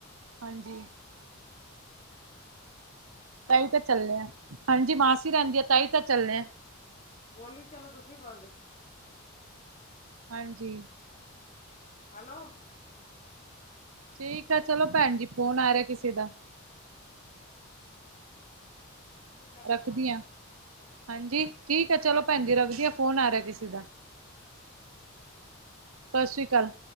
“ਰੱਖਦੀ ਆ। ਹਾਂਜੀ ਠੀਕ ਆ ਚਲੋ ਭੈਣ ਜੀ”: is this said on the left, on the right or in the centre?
Right